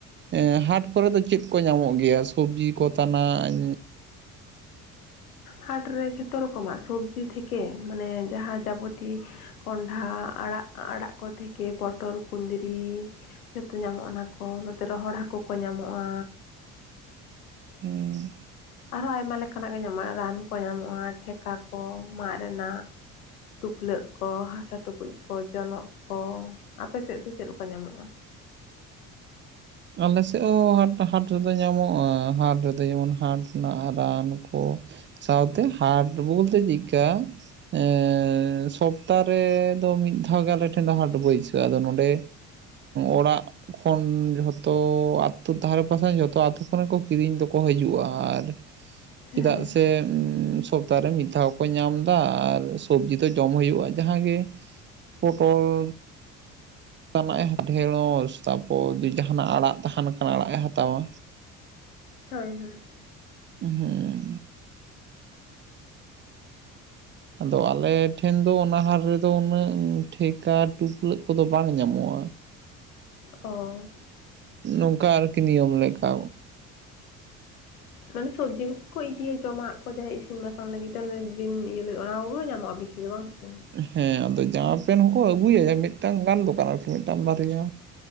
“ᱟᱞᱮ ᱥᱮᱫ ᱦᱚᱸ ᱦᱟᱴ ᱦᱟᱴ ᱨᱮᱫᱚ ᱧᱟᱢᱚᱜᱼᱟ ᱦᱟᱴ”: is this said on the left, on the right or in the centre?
Right